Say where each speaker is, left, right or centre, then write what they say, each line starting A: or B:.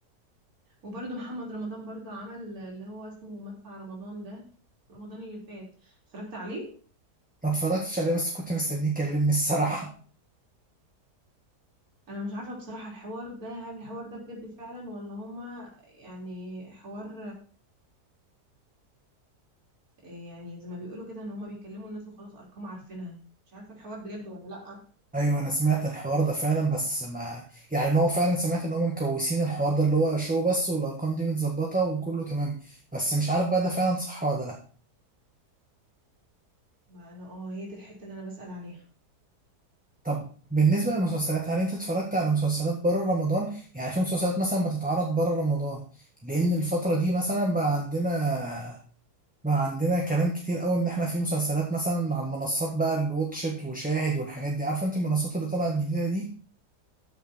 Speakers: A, on the right (about 60°); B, in the centre.
A: وبرده محمد رمضان برده عمل اللي هو اسمه مدفع رمضان ده في رمضان اللي فات اتفرجت عليه
B: ما اتفرجتش عليه بس كنت مستنيه يكلمني الصراحه
A: انا مش عارفة بصراحة الحوار ده هل الحوار ده بجد فعلا ولا هما يعني حوار آه، يعني زي ما بيقولوا كده ان هما بيكلموا الناس وخلاص ارقام عارفينها مش عارفه الحوار بجد ولا لا
B: ايوه انا سمعت الحوار ده فعلا بس ما يعني إن هو فعلا سمعت ان هم مكوسين الحوار ده اللي هو شو بس والارقام دي متظبطه وكله تمام بس مش عارف بقى ده فعلا صح ولا لا
A: ما انا اه هي دي الحته اللي انا بسأل عليها
B: طب بالنسبه للمسلسلات هل انت اتفرجت على مسلسلات بره رمضان يعني في مسلسلات مثلا بتتعرض بره رمضان لان الفتره دي مثلا بقى عندنا بقى عندنا كلام كتير قوي ان احنا في مسلسلات مثلا على المنصات بقى الواتشت وشاهد والحاجات دي عارفه انت المنصات اللي طلعت جديده دي